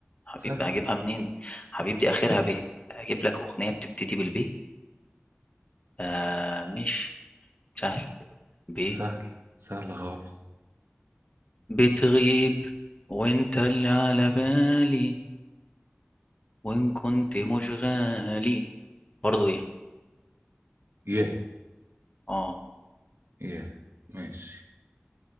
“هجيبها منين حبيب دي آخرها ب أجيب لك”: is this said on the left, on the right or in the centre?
Left